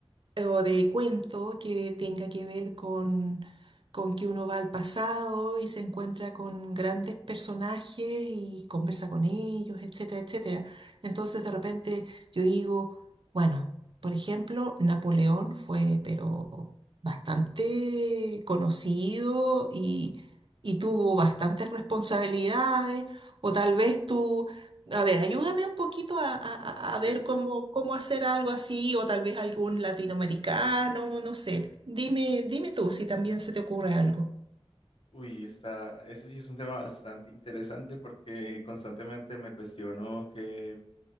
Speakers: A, on the right (about 55°); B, on the left (about 60°).
A: o de cuento que tenga que ver con, con que uno va al pasado y se encuentra con grandes personajes y conversa con ellos, etcétera, etcétera. Entonces de repente yo digo, bueno, por ejemplo, Napoleón fue pero bastante conocido y, y tuvo bastantes responsabilidades, o tal vez tú... A ver, ayúdame un poquito a, a- a- ver
B: Sí, sí.
A: cómo, cómo hacer algo así, o tal vez algún latinoamericano, no sé. Dime, dime tú si también se te ocurre algo.
B: Uy, está, ese sí es un tema bastante interesante porque constantemente me cuestiono qué,